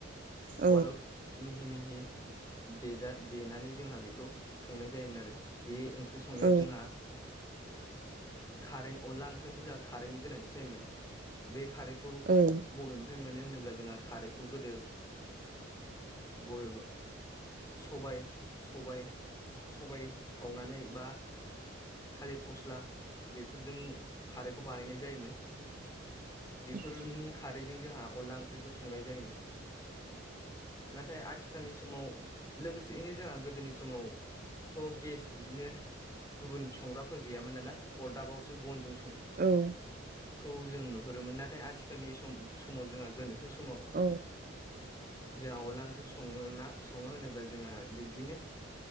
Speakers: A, on the right; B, on the left.
A: औ
B: वाल्डआव मिहि मिहि देजा देनानै जोंहा बेखौ संनाय जायोमोन आरो बे ओंख्रि संनायाव
A: औ
B: जोङा खारै अनला ओंख्रियावथ' जोंहा खारैनि गोनांथि जायोमोन बे खारैखौ
A: औ ओं
B: बबेनिफ्राय मोनो होनोब्ला जोंहा खारैखौ गोदो बबेबो सबाय सबाय सबाय सावनानै बा थालिर फस्ला बेफोरजों खारैखौ बानायनाय जायोमोन। बेफोरनि
A: औ
B: खारैजों जोंहा अनला ओंख्रिखौ संनाय जायोमोन। नाथाय आथिखालनि समाव लोगोसेयैनो जोंहा गोदोनि समावथ' गेस बिदिनो गुबुन संग्राफोर गैयामोन नालाय अरदाबावसो बनजों
A: औ
B: खौ जों नुहुरोमोन नाथाय आथिखालनि सम समाव जोंह गोनो खो समाव
A: औ
B: जोंहा अनला ओंख्रि सङो ना सङो होनोब्ला जोङो बिबदिनो